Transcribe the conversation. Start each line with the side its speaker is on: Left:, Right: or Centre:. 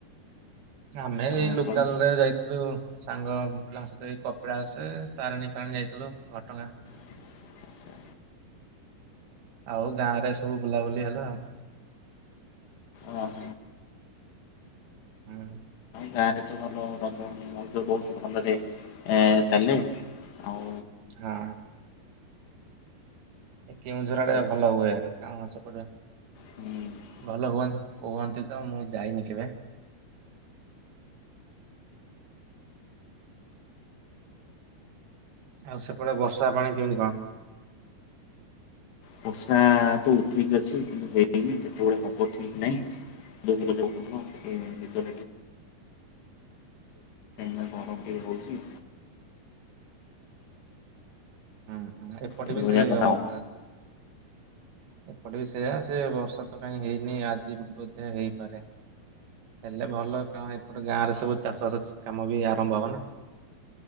Right: ଆମେ
Left: ଆଉ
Right: ଏଇ
Left: ଆପଣ?
Right: ଲୋକାଲ ରେ ଯାଇଥିଲୁ। ସାଙ୍ଗ ପିଲାଙ୍କ ସହ କପିଳାସେ ତାରିଣୀ ଫାରିଣୀ ଯାଇଥିଲୁ ଘଟଗାଁ।
Left: <unintelligible>
Right: ଆଉ ଗାଁ ରେ ସବୁ ବୁଲାବୁଲି ହେଲା ଆଉ।
Left: ହଁ।
Right: ହୁଁ।
Left: ଗାଁ ରେ ତ ଭଲ ରଜ ମଉଜ ବହୁତ୍ ଭଲରେ ଚାଲେ ଆଉ
Right: ହଁ। କେଉଁଝର‌ ଆଡ଼େ
Left: ବହୁତ
Right: ଭଲ ହୁଏ କଣ ସେପଟେ
Left: ହୁଁ।
Right: ଭଲ ହୁଅନ୍ତୁ। କୁହନ୍ତି ତ ମୁଁ ଯାଇନି କେବେ। ଆଉ ସେପଟେ ବର୍ଷା ପାଣି କେମିତି କଣ?
Left: ବର୍ଷା ତ ଉଠେଇକି ଅଛି ହେଇନି କେତେବେଳେ ହବ ଠିକ୍ ନାହିଁ। <unintelligible> ତାରେ ନିଦ ହଉନି କାହିଁକି ନା ଗରମ ହଉଚି।
Right: ହୁଁ ହୁଁ ଏପଟେ
Left: ଏଇଭଳିଆ
Right: ବି ସେଇ
Left: କଥା
Right: ଅବସ୍ଥା।
Left: ହୁଁ
Right: ଏପଟେ ବି ସେୟା, ସେ ବର୍ଷା ତ କାହିଁ ହେଇନି ଆଜି ବୋଧେ ହେଇପାରେ। ହେଲେ ଭଲ। କାରଣ ଏପଟେ ଗାଁରେ ସବୁ ଚାଷ, ବାସ କାମ ବି ଆରମ୍ଭ ହବ ନା।